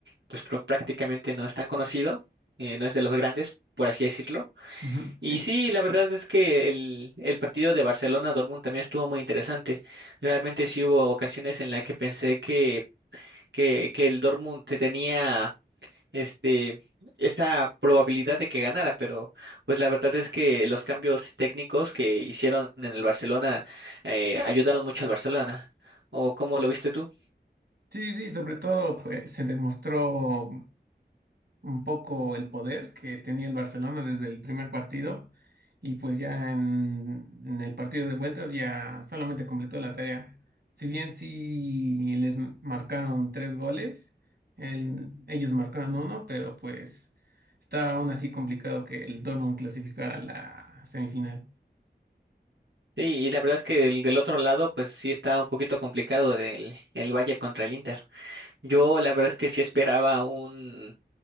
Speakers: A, on the right; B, on the right.
A: pues pro- prácticamente no es tan conocido, eh, no es de los grandes, por así decirlo.
B: Ujú,
A: Y
B: Sí,
A: sí, la verdad es que el, el partido de Barcelona-Dortmund también estuvo muy interesante. Realmente sí hubo ocasiones en las que pensé que, que, que el Dortmund te tenía este, esa probabilidad de que ganara, pero pues la verdad es que los cambios técnicos que hicieron en el Barcelona eh, ayudaron mucho al Barcelona. ¿O cómo lo viste tú?
B: sí, sí, sobre todo pues se demostró un poco el poder que tenía el Barcelona desde el primer partido y pues ya en, en el partido de vuelta ya solamente completó la tarea. Si bien sí les marcaron tres goles, el- ellos marcaron uno, pero pues está aún así complicado que el Dortmund clasificara a la semifinal.
A: Sí, y la verdad es que del, del otro lado, pues sí está un poquito complicado del, el Bayern contra el Inter. Yo la verdad es que sí esperaba un,